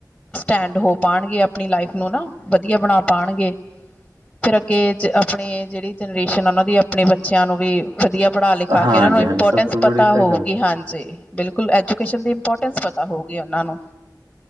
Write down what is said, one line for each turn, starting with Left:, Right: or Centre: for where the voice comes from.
Centre: ਸਟੈਂਡ ਹੋ ਪਾਉਣਗੇ ਆਪਣੀ ਲਾਈਫ ਨੂੰ ਨਾ ਵਧੀਆ ਬਣਾ ਪਾਉਣਗੇ ਫਿਰ ਅੱਗੇ ਆਪਣੇ ਜਿਹੜੀ ਜਨਰੇਸ਼ਨ ਉਹਨਾਂ ਦੀ ਆਪਣੇ ਬੱਚਿਆਂ ਨੂੰ ਵੀ ਵਧੀਆ ਪੜ੍ਹਾ ਲਿਖਾ
Right: ਹਾਂਜੀ,
Centre: ਕੇ ਇਹਨਾਂ ਨੂੰ ਇੰਪੋਰਟੈਂਸ
Right: ਹਾਂਜੀ ਸਭ ਤੋਂ
Centre: ਪਤਾ
Right: ਬੜੀ ਤਾਂ
Centre: ਹੋਊਗੀ
Right: ਗੱਲ
Centre: ਹਾਂਜੀ ਬਿਲਕੁਲ ਐਜੂਕੇਸ਼ਨ ਦੀ ਇੰਪੋਰਟੈਂਸ ਪਤਾ ਹੋਊਗੀ ਉਹਨਾਂ ਨੂੰ